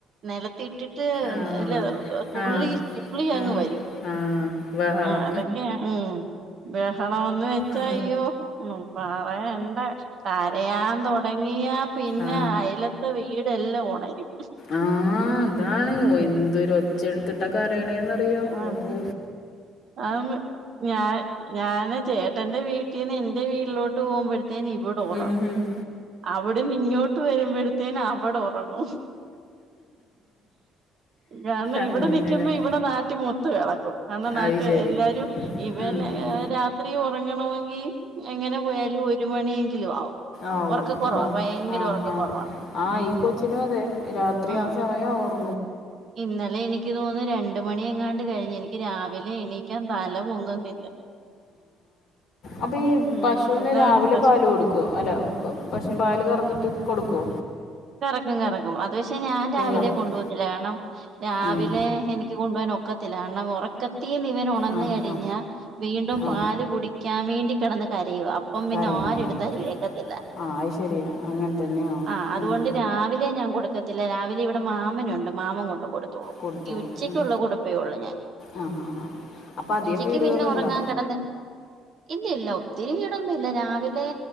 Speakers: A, on the right; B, on the left.
A: നില ത്തിട്ടിട്ടിട്ട്
B: ആ
A: നെല് തുള്ളി
B: ആ
A: തുള്ളി അങ്ങ്
B: ആ
A: വരും
B: ആ ബഹളം
A: ആഹ് അതൊക്കെ ക്കെ ഉം ബഹളംന്ന് വെച്ച
B: ആ
A: അയ്യോ ഒന്നും പറയണ്ട കാ തെയാൻ തുടങ്ങിയാ പിന്നെ
B: ആ
A: അയലത്തെ വീടെ എല്ലാ ഉണരും
B: ആഹ് അതാണ് എന്തൊരു ഒച്ചെടുത് ത കരയണേന്ന്റിയോ
A: ആഹ്
B: ഓഹോ
A: ആന്ന് ഞാ ഞാന് ചേട്ടന്റെ വീട്ടീന്ന് എന്റെ വീട്ടിലോട്ട് പോഉമ്പഴത് ത്തേന് ഇവിടെ ഓറ
B: ഉം ഉം.
A: അവിടെ ന്നിങ്ങോട്ട് വരുമ്പഴത്തേന് അവടെ ഓ പങ്ങോ ഞാന്ന്
B: അങ്ങനെ
A: ഇവിടെ നിക്കുമ്പോ ഇവിടെ നാട്ടി മൊത്ത എള കാര്ന നാട്ടി
B: അത് ശരി
A: എല്ലാരും ഇവന്നെ
B: ഉം, ഉം.
A: ഏഹ് രാത്രിയു ഒറങ്ങണമെങ്കി എങ്ങനെ പോയാലും ഒരു മണിയെങ്കിലും ആവും
B: ആഉ
A: ഒറക്കക്കൊറവാ
B: ആഹ്
A: ഭയങ്കര
B: ആഹ്
A: ഒറക്കക്കൊറവാ
B: ആഹ് ആയി കൊച്ചിനും അതെ രാത്രി
A: ഉം
B: ആ സമയം ഓർ
A: ഇന്നലെ എനിക്ക് തോന്നി രണ്ടുമണി എങ്ങാണ്ട് കഴിഞ്ഞ് എനിക്ക് രാവിലെ എണീക്കാൻ തല പൊങ്ങുന്നില്ല
B: അപ്പൊ ഈ
A: ഉം
B: പശുവിനെ
A: അതാണ്
B: രാവിലെ
A: പ്രശ്നം
B: പാല് കൊടുക്കുവൊ അല്ല പശുവിന് പാല് കറന്നിട്ട് കൊടുകൊ
A: കറക്കും കറക്കും അത് പക്ഷേ ഞാൻ രാവിലെ
B: കറക്കും
A: കൊണ്ട് പോത്തില്ല കാരണം രാവിലെ
B: ഉം.
A: എനിക്ക് കൊണ്ടു പോവാൻ ഒക്കെ ത്തിലാണ് ഉറക്ക ത്തി നിവൻ ഉണന്ന്
B: ആ
A: കഴിഞ്ഞാ
B: ആ
A: വീണ്ടും
B: ആ
A: പാല് കുടിക്കാൻ വേണ്ടി കെടന്ന് കരയൂവാ അപ്പം പിന്നെ
B: കറിയോ
A: ആര്
B: ആ
A: എടുത്താലും
B: ആ.
A: എക്കത്തില്ല
B: ആ അത് ശരിയാ അങ്ങനെ തന്നെയാവും
A: ആഹ്
B: ഉം.
A: അതുകൊണ്ട് രാവിലെ ഞാൻ കൊടുക്കത്തില്ല രാവിലെ ഇവിടെ മാമനുണ്ട് മാമൻ കൊണ്ട് കൊടു തോളും
B: കൊടുത്തോളൂ
A: ഈ ഉച്ചക്കുള്ള
B: ഉം.
A: കൊടുപ്പേ ഉള്ളൂ ഞാൻ
B: ആ ആ ആ അപ്പം അധികം
A: ഉച്ചക്ക്
B: വീടുകളുണ്ടോ
A: പിന്നെ ഒറങ്ങാൻ കിടന്ന് ഇല്ലില്ല ഒത്തിരി വീടൊന്നുല്ല രാവിലെ